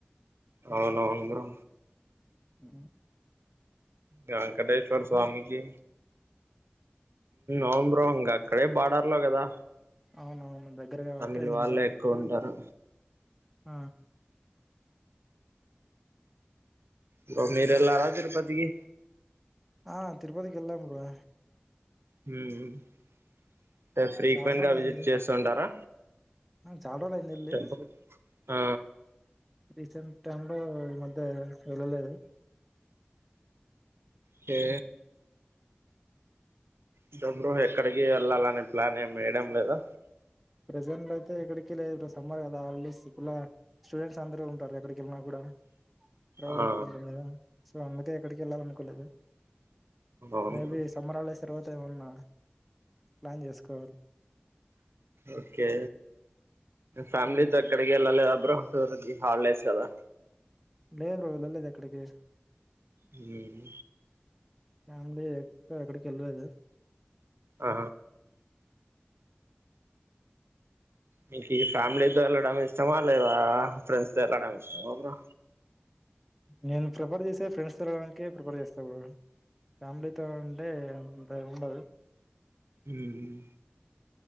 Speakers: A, on the right (about 80°); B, in the centre.
A: అవునవును బ్రో
B: ఉ
A: వెంకటేశ్వర స్వామికి అవును ప్రహంగా <unintelligible> అక్కడే బార్డర్ లో కదా
B: అవునవును దగ్గర కాబట్టి
A: తమిళ
B: ఇంత
A: వాళ్ళు ఎక్కువ ఉంటారు
B: ఆ
A: బ్రో మీర ఎలా తిరుపతికి
B: ఆ తిరుపతికి వెళ్లాం బ్రో
A: హ్ అంటే ఫ్రీక్వెంట్
B: చాలా రోజులు
A: గా విజిట్
B: అయింది
A: చేస్తు ఉంటారా
B: ఆ, చాలా రోజులు అయింది వెళ్ళి
A: టెంపుల్ ఆ
B: రీసెంట్ టైమ్ లో ఈ మధ్య వెళ్ళలేదు
A: కె బ్రో బ్రో ఎక్కడికి వెళ్ళాలనే ప్లాన్ ఏమి వేయడం లేదా
B: ప్రసెంటైతె ఎక్కడికి లేదు ఇప్పు సమ్మర్ కదా ఆల్రెడి స్టూడెంట్స్ అందర ఉంటారు ఎక్కడికెళ్ళిన కూడా ప్రౌడ్
A: ఆ
B: ఎక్కువ ఉంటుంది గద సో అందుకే ఎక్కడికి వెళ్లాలనుకోలేదు
A: అవును
B: మే
A: బ్రో
B: బి సమ్మర్ హాలిడేస్ తర్వాత ఏమన్నా ప్లాన్ చేసుకోవాలి
A: ఓకే ఫ్యామిలీతో
B: ఆ
A: ఎక్కడికి వెళలేదా అబ్రో తోరుది హాలిడేస్ కదా
B: లేదు బ్రో ఎల్లలేదు ఎక్కడికి
A: మ్మ్
B: ఫ్యామిలీ ఇప్ప ఎక్కడికి వెళ్ళలేదు
A: ఆ మీకే ఫ్యామిలీతో వెళ్లడమా ఇష్టమా ఫ్రెండ్స్ తో వెళ్లడం ఇష్టమా బ్రో
B: నేను ప్రిఫర్ చేసే ఫ్రెండ్స్ తో ఎలాడానికే ప్రిఫర్ చేస్తా బ్రో ఫ్యామిలీతో అంటే అంత ఉండదు
A: మ్మ్